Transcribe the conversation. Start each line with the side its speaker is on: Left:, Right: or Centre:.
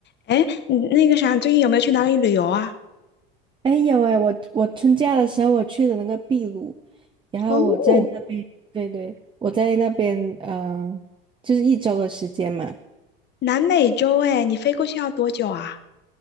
Left: 哎，你那个啥，最近有没有去哪里旅游啊？
Right: 哎，有哎，我我春假的时候我去的那个秘鲁，然后我在那边，
Left: 哦，
Right: 对对，我在那边，嗯，就是一周的时间嘛。
Left: 南美洲哎，你飞过去要多久啊？